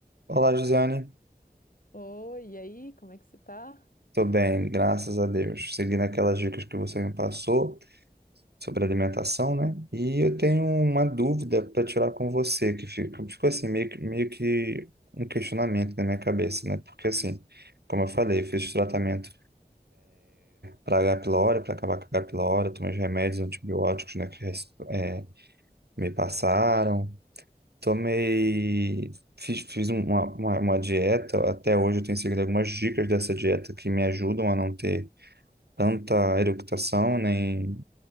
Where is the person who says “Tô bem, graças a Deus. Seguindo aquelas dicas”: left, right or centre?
Right